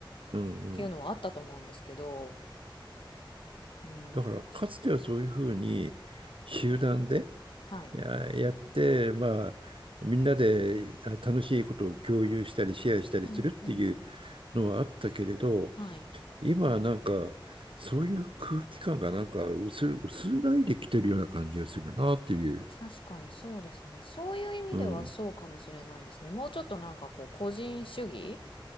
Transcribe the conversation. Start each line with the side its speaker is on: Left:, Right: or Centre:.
Right: うんうん。
Left: っていうのはあったと思うんですけど、うん、
Right: だから、かつてはそういうふうに集団で、
Left: はい、
Right: いや、やって、まあ、みんなであ楽しいことを共有したり、シェアしたりするっていう
Left: うんうん。
Right: のはあったけれど、
Left: はい
Right: 今はなんか、そういう空気感がなんか薄、薄らいできてるような感じがするなっていう。
Left: 確かにそうですね。そういう意味ではそうかもしれないですね。
Right: うん、
Left: もうちょっとなんかこう個人主義